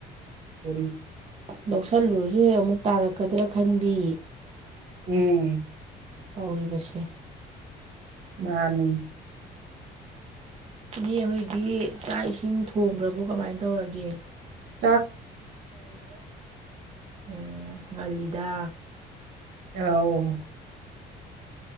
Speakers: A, on the right; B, on the right.
A: ꯎ
B: ꯂꯧꯁꯤꯜꯂꯨꯔꯁꯨ ꯍꯦꯛ ꯑꯃꯨꯛ ꯇꯥꯔꯛꯀꯗ꯭ꯔꯥ ꯈꯟꯕꯤ
A: ꯎꯝ
B: ꯇꯧꯔꯤꯕꯁꯦ
A: ꯃꯥꯅꯤ
B: ꯏ ꯍꯧꯣꯏꯗꯤ ꯆꯥꯛ ꯏꯁꯤꯡ ꯊꯣꯡꯈ꯭ꯔꯕꯣ ꯀꯃꯥꯏꯅ ꯇꯧꯔꯒꯦ
A: ꯇꯥꯛ
B: ꯎ ꯑꯂꯤꯗꯥ
A: ꯑ